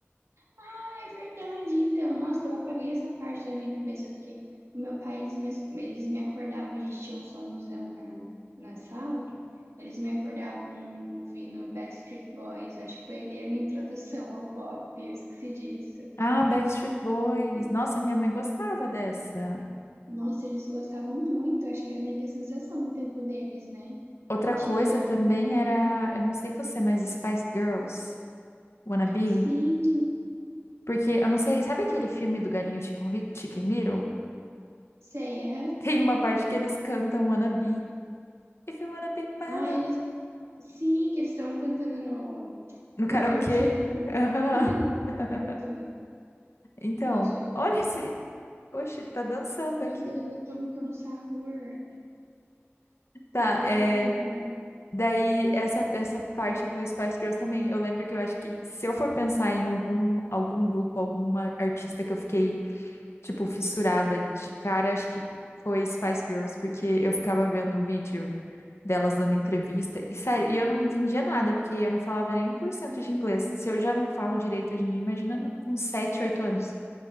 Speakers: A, on the right; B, on the left.
A: Ah, é verdade. Então, nossa, eu apaguei essa parte da minha cabeça, porque o meu pai, eles me, as- eles me acordavam, a gente tinha um somzão na, na sala, eles me acordavam ouvindo Backstreet Boys, eu acho que foi ali a minha introdução ao pop, eu esqueci disso.
B: Ah, Backstreet Boys. Nossa, minha mãe gostava dessa.
A: Nossa, eles gostavam muito, eu acho que era meio que a sensação no tempo deles, né?
B: Outra
A: Tinha,
B: coisa também era, eu não sei você, mas Spice Girls, Wanna Be?
A: sim,
B: Porque eu não sei, sabe aquele filme do Galinho Chicken Li- Chicken Little?
A: sei, aham.
B: <laughs> Tem uma parte que eles cantam Wanna Be. If you wanna be my
A: Ah,
B: love.
A: eles, sim, que eles estavam cantando no,
B: No karaokê.
A: no karaokê do
B: Aham.
A: do
B: <laughs>
A: quarto, né?
B: Então,
A: Deixa eu
B: olha
A: ver.
B: esse. Oxe, ele tá dançando
A: Meu
B: aqui.
A: Deus, eu tô com um sarrur.
B: Tá,
A: Ai,
B: é.
A: que horror.
B: Daí, essa, essa parte do Spice Girls também. Eu lembro que eu acho que se eu for pensar em algum, algum grupo, alguma artista que eu fiquei, tipo, fissurada de cara, acho que foi Spice Girls, porque eu ficava vendo o vídeo. delas dando entrevista. E sério, e eu não entendia nada, porque eu não falava nem um por cento de inglês. Se eu já não falo direito hoje em dia, imagina na- com sete oito anos.